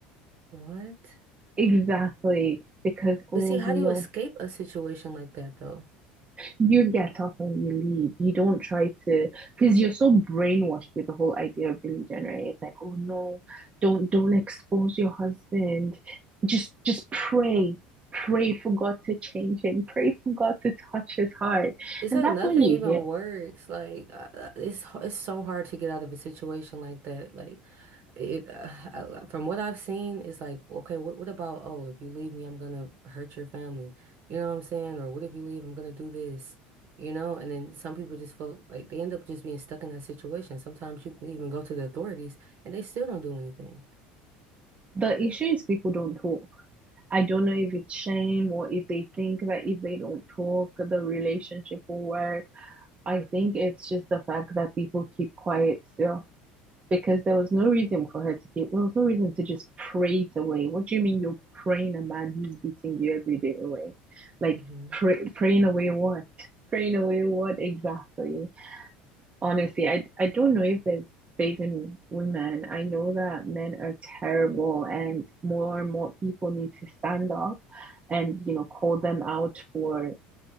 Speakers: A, on the right; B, on the right.
A: What?
B: Exactly. Because,
A: But
B: oh,
A: see, how
B: you
A: do
B: know,
A: you escape a situation like that though?
B: You get up and you leave. You don't try to, because you're so brainwashed with the whole idea of religion, right? It's like, oh no, don't don't expose your husband. Just just pray. Pray for God to change him. Pray for God to touch his heart.
A: It's
B: And
A: like
B: that's
A: nothing
B: what you
A: even
B: hear.
A: works. Like uh, uh, it's h- it's so hard to get out of a situation like that. Like it uh, I- from what I've seen, it's like okay, what what about oh, if you leave me, I'm gonna hurt your family. You know what I'm saying? Or what if you leave, I'm gonna do this. You know? And then some people just feel like they end up just being stuck in that situation. Sometimes you can even go to the authorities and they still don't do anything.
B: The issue is people don't talk. I don't know if it's shame or if they think that if they don't talk, the relationship will work. I think it's just the fact that people keep quiet still because there was no reason for her to keep, there was no reason to just pray it away. What do you mean you're praying a man who's beating you every day away? Like,
A: hmm
B: pray, praying away what? Praying away what exactly? Honestly, I, I don't know if there's saving women. I know that men are terrible and more and more people need to stand up and, you know, call them out for